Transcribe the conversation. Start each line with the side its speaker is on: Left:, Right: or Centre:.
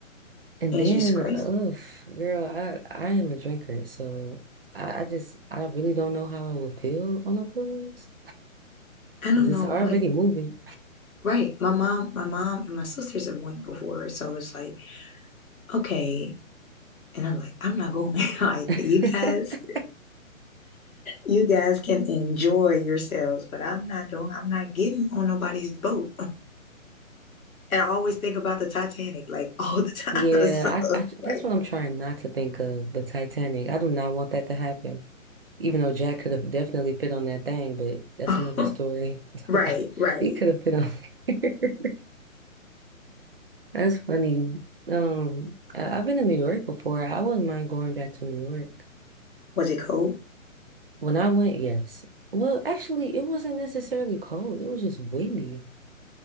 Right: And
Left: it's
Right: then,
Left: just crazy.
Right: ugh, girl, I I am a drinker, so I, I just I really don't know how I would feel on a cruise
Left: I
Right: because
Left: don't
Right: it's
Left: know.
Right: already
Left: Like,
Right: moving.
Left: right. My mom, my mom and my sisters have went before. So it's like, okay. And I'm like, I'm not going. <laughs> Like,
Right: <laughs>
Left: you guys, you guys can enjoy yourselves, but I'm not doing, I'm not getting on nobody's boat. And I always think about the Titanic, like <laughs> all the time.
Right: Yeah,
Left: <laughs> So
Right: I, I
Left: like
Right: that's what I'm trying not to think of, the Titanic. I do not want that to happen. Even though Jack could have definitely fit on that thing, but that's
Left: <laughs>
Right: another story. <laughs>
Left: right, right.
Right: He could have fit on there. <laughs> That's funny. Um, I, I've been to New York before. I wouldn't mind going back to New York.
Left: Was it cold?
Right: When I went, yes. Well, actually, it wasn't necessarily cold. It was just windy,